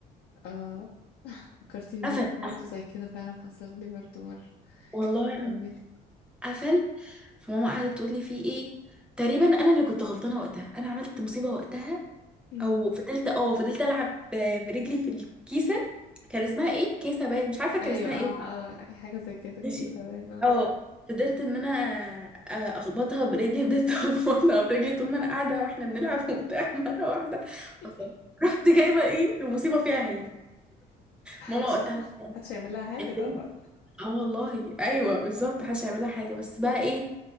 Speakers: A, on the left; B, in the centre.
A: اه فكرتيني بموقف
B: قفل
A: برضه
B: قفل
A: زي كده فعلا حصل لي برضه مرة
B: والله
A: كملي
B: انا
A: كملي
B: قفل فماما قعدت تقول لي فيه ايه تقريبا انا اللي كنت غلطانة وقتها انا عملت مصيبة وقتها
A: مم.
B: او فضلت اه فضلت العب ب- برجلي في الكيسة كان اسمها ايه كيسة باين مش عارفة كان
A: ايوه
B: اسمها
A: اه
B: ايه
A: اه حاجة زي كده كده
B: ماشي.
A: باينة
B: اه قدرت ان انا آه، اخبطها برجلي بدأت <laughs> اخبطها برجلي طول ما انا قاعدة واحنا بنلعب وبتاع مرة واحدة
A: <laughs>
B: فصرت. رحت جايبة ايه المصيبة فيها هي ماما
A: عشان
B: وقتها بقى-
A: محدش هيعمل لها حاجة
B: البنت-
A: طبعا
B: اه والله ايوه بالظبط محدش هيعملها حاجه بس بقى ايه